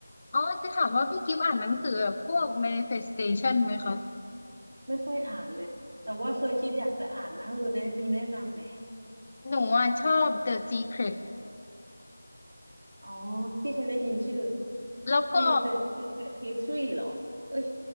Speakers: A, on the left; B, on the right.
A: อ๋อจะถามว่าพี่กิฟต์อ่านหนังสือแบบพวก manifestation ไหมคะ
B: ไม่ค่อยอ่านเลยแต่ว่าเคยคิดอยากจะอ่านนะคือแนะมีแนะนำไหม
A: หนูอ่ะชอบ The Secret
B: อ๋อพี่เคยได้ยินชื่อ
A: แล้วก็
B: This the Secret History เหรอเอ้ย